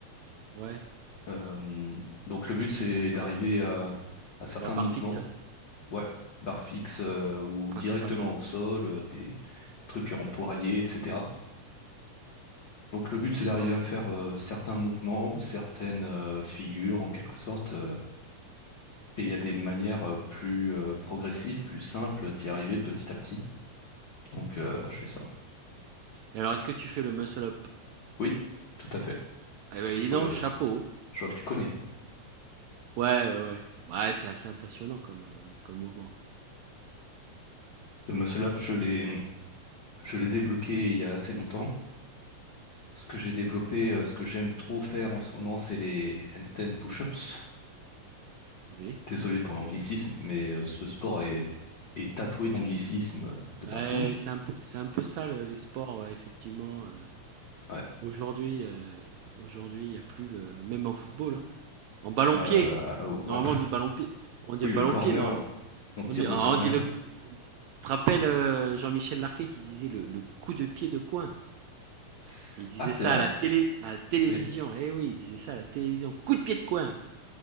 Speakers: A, on the right (about 85°); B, on the left (about 85°).
A: ouais,
B: Euh, donc le but, c'est d'arriver à, à certains
A: à la barre
B: mouvements,
A: fixe,
B: ouais, barre fixe euh, ou
A: principalement,
B: directement au sol, euh, des, des trucs en poirier, etc. Donc le but, c'est
A: d'accord.
B: d'arriver à faire euh, certains mouvements ou certaines euh, figures en quelque sorte. euh. et il y a des manières euh, plus euh, progressives, plus simples d'y arriver petit à petit. Donc euh, je fais ça.
A: Et alors, est-ce que tu fais le muscle up?
B: Oui, tout à fait.
A: Eh ben, dis
B: Je vois,
A: donc, chapeau, hein.
B: je vois que tu connais.
A: Ouais, ouais, ouais. Bah, ouais, c'est assez impressionnant comme, heu, comme mouvement.
B: Le muscle-up, je l'ai, je l'ai débloqué il y a assez longtemps. Ce que j'ai développé, euh, ce que j'aime trop faire en ce moment, c'est les handstand push-ups.
A: Oui,
B: Désolé pour l'anglicisme,
A: ouais.
B: mais euh, ce sport est, est tatoué d'anglicisme de
A: Bah,
B: partout.
A: c'est un peu c'est un peu ça le les sports, ouais, effectivement, heu,
B: Ouais.
A: aujourd'hui, heu, aujourd'hui, il y a plus le même en football, hein. En ballon-pied.
B: Euh, en
A: Normalement,
B: parlant-
A: on dit ballon-pied.
B: <laughs>
A: On dit
B: Oui,
A: ballon-pied,
B: le corner,
A: normalement.
B: on tire
A: On dit, ah,
B: le corner.
A: on dit le. Tu te rappelles euh, Jean-Michel Larquet qui disait le, le coup de pied de coin.
B: C'est-
A: Il disait
B: Ah, c'est
A: ça
B: vrai?
A: à la télé, à la télévision.
B: Oui.
A: Eh oui, il disait ça à la télévision. Coup de pied de coin.